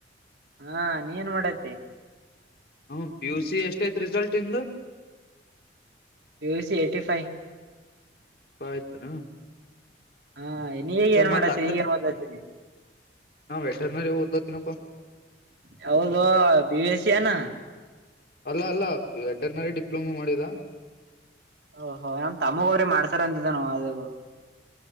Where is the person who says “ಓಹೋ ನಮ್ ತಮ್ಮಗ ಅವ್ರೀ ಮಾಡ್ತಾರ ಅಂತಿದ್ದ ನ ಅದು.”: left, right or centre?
Right